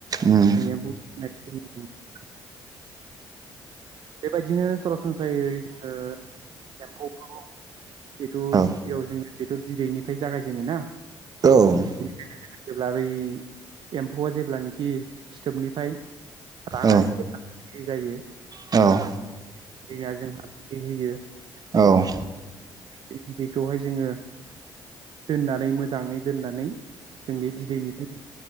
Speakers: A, on the right; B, on the right.
A: उम
B: जोंनिया एम्फौ फिसिनाय <unintelligible> बेबायदिनो सरासनस्रायै जोङो एम्फौखौ जिथु
A: औ
B: गिबियाव जोंङो बेथ' बिदैनिफ्राय जागायजेनो ना
A: औ
B: बेनिफ्राय जेब्ला बै एम्फौआ जेब्लानिखि फिथोबनिफ्राय रानानै
A: औ
B: जेब्ला बे जायो
A: औ
B: <unintelligible>
A: औ
B: बे बिदैखौहाय जोङो दोननानै मोजाङै दोननानै जों बे बिदैनिफ्राय